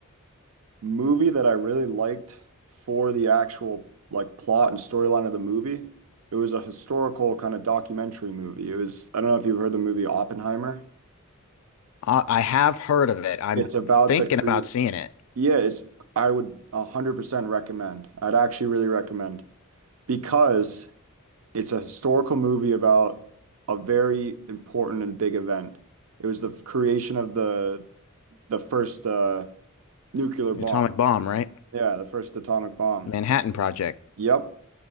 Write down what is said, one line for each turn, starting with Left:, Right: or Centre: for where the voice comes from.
Right: movie that I really liked for the actual like plot and storyline of the movie, it was a historical kind of documentary movie. It was I don't know if you've heard the movie Oppenheimer.
Left: I, I have heard of it. I'm
Right: It's about
Left: thinking
Right: the cre
Left: about seeing it.
Right: yeah, it's I would 100% recommend. I'd actually really recommend because It's a historical movie about a very important and big event. It was the creation of the the first uh, nuclear bomb.
Left: Atomic Bomb, right?
Right: Yeah, the first atomic bomb.
Left: Manhattan Project.
Right: Yep.